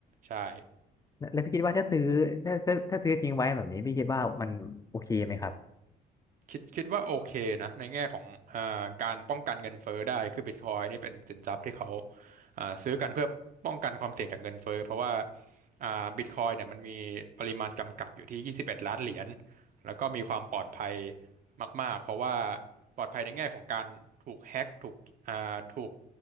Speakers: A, on the right; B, on the left.
A: ใช่
B: แล้วแล้วพี่คิดว่าถ้าซื้อถ้าถ้าถ้าซื้อทิ้งไว้แบบนี้พี่คิดว่ามันโอเคไหมครับ
A: คิดคิดว่าโอเคนะในแง่ของอ่าการป้องกันเงินเฟ้อได้คือบิตคอยนี่เป็นสินทรัพย์ที่เขาอ่าซื้อกันเพื่อป้องกันความเสี่ยงจากเงินเฟ้อเพราะว่าอ่าบิตคอยเนี่ยมันมีปริมาณจำกัดอยู่ที่21ล้านเหรียญแล้วก็มีความปลอดภัยมากๆเพราะว่าปลอดภัยในแง่ของการถูกแฮ็กถูกอ่าถูก